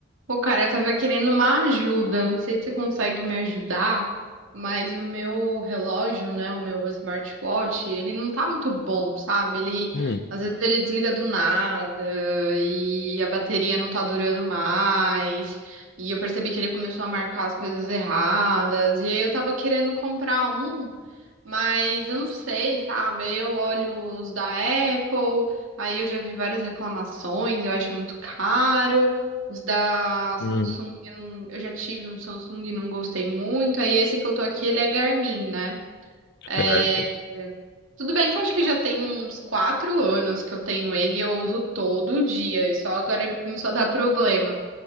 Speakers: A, on the right; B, on the left.
A: Pô, cara, eu tava querendo uma ajuda. Não sei se você consegue me ajudar, mas o meu relógio, né, o meu smartwatch, ele não tá muito bom, sabe? Ele,
B: Hum,
A: às vezes ele desliga do nada e a bateria não tá durando mais. E eu percebi que ele começou a marcar as coisas erradas. E aí eu tava querendo comprar um. Mas eu não sei, sabe? Aí Eu olho os da Apple, aí eu já vi várias reclamações, eu acho muito caro. Os da
B: hum,
A: Samsung, eu não- eu já tive um Samsung e não gostei muito. Aí esse que eu tô aqui, ele é Garmin, né? É,
B: certo,
A: é, Tudo bem que eu acho que já tem uns quatro anos que eu tenho ele e eu uso todo dia, e só agora ele começou a dar problema.